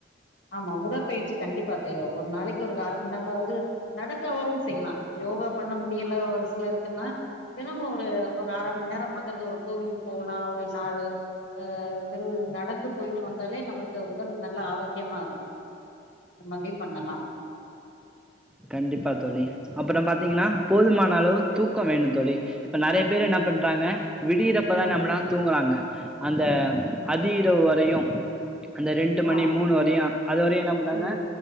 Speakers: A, on the left; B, in the centre.
A: ஆமா உடற்பயிற்சி கண்டிப்பா தேவ ஒரு நாளைக்கு ஒரு க அரமண்நேரமாவது நடக்கவாவு செய்யலா யோகா பண்ண முடியல ஒரு சிலருக்குன்னா தினமு ஒரு ஒரு அர மண் நேர பக்கத்து ஒரு கோவில் போகலா ஒரு நாலு ஆ தெருவுரு நடந்து போய்ட்டு வந்தாலே நம்மளுக்கு உடல் நல்ல ஆரோக் கியமா இருக்கு இந்த மாதிரியு பண்ணலா
B: கண்டிப்பா தோழி அப்புறம் பாத்தீங்கனா
A: ம்
B: போதுமான அளவு தூக்கோ வேணு தோழி இப்ப நறைய பேரு
A: ம்
B: என்ன பண்றாங்க விடியிறப்பதா
A: ம்
B: நம்மளா தூங்குறாங்க அந்த அதிஇரவு வரையு அந்த ரெண்டு மணி
A: ஆ
B: மூணு வரையு அதுவரையு என்ன பண்றாங்க
A: ம்